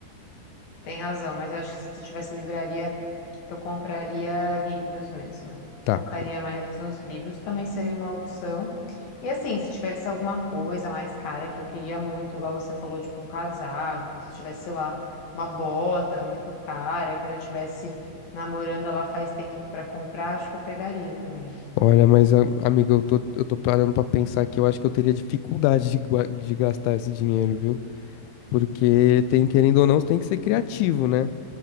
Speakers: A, on the left (about 55°); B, on the left (about 90°).
A: tem razão, mas eu acho que se tivesse livraria Eu compraria livros mesmo.
B: Tá.
A: Focaria mais nos livros, também seria uma opção. E assim, se tivesse alguma coisa mais cara que eu queria muito, igual você falou, tipo um casaco, se tivesse, sei lá, uma bota muito cara, que eu já tivesse namorando ela faz tempo para comprar, acho que eu pegaria também.
B: Olha, mas a- amiga, eu tô, eu tô parando pra pensar que eu acho que eu teria dificuldade de, gua- de gastar esse dinheiro, viu? Porque tem, querendo ou não, você tem que ser criativo, né?